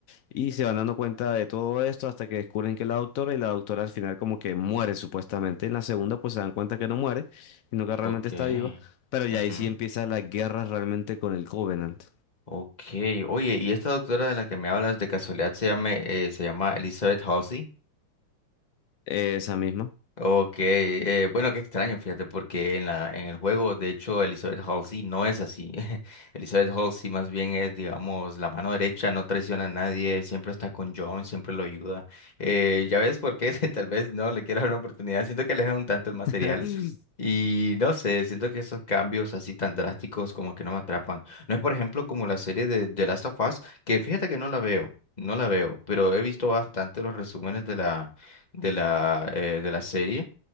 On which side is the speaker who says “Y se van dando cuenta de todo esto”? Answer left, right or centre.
Left